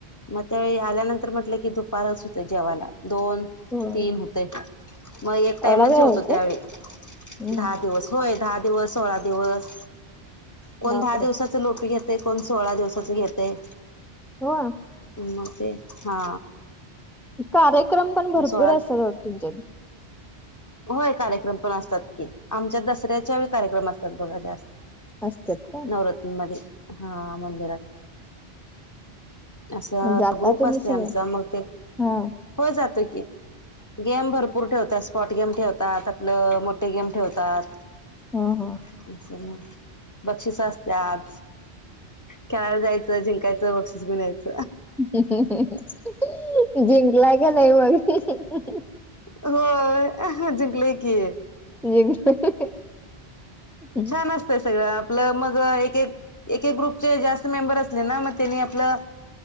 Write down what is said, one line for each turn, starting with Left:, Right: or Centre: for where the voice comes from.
Left: मग त्यावेळी आल्यानंतर म्हटलं की दुपारच होतय जेवायला. दोन,
Centre: होय
Left: तीन होतंय का? मग एक टाइमच
Centre: एवढा वेळ
Left: जेवतो
Centre: होतोय
Left: त्यावेळी,
Centre: हम्म
Left: दहा दिवस. होय, दहा दिवस, सोळा दिवस. कोण
Centre: बापरे
Left: दहा दिवसांच लोपी घेतय? कोण सोळा दिवसाच घेतय?
Centre: हो.
Left: मग ते, हा.
Centre: कार्यक्रम पण भरपूर
Left: सोळा
Centre: असत्यात वाटतं तुमच्यात?
Left: होय कार्यक्रम पण असतात की, आमच्यात दसऱ्याच्या वेळी कार्यक्रम असतात बघा जास्त.
Centre: असतात का
Left: नवरत्न मध्ये. हा हा मंदिरात. असं
Centre: जाता
Left: ग्रुप
Centre: तुम्ही
Left: असतो
Centre: सगळे
Left: आमचा मग ते
Centre: हा
Left: होय जातोय की, गेम भरपूर ठेवतात. स्पॉट गेम ठेवतात, आपलं मोठं गेम ठेवतात.
Centre: हं, हं.
Left: <unintelligible> बक्षिसं असत्यात. खेळायला जायचं, जिंकायचं, बक्षीस घेऊन यायचं.
Centre: <unintelligible> जिंकलाय का नाही मग?
Left: होय, जिंकले की.
Centre: जिंक होम
Left: छान असतंय सगळं, आपलं मग एक, एक एके-एके ग्रुपचे जास्त मेंबर असले ना, मग त्यांनी आपलं,